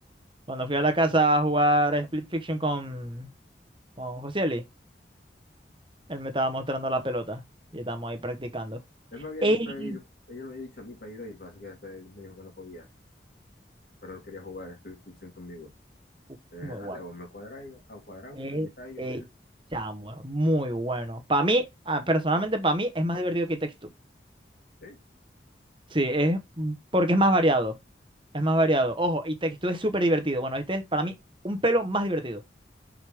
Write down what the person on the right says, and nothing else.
Cuando fui a la casa a jugar Split Fiction con, con Josieli, él me estaba mostrando la pelota. Y estamos ahí practicando.
Ey,
uf,
muy
bueno.
Ey,
ey,
chamo, es muy bueno. Para mí, ah, personalmente, para mí es más divertido que Takes Two.
Sí, es mm, porque es más variado. Es más variado. Ojo, y Takes Two es súper divertido. Bueno, este es para mí un pelo más divertido.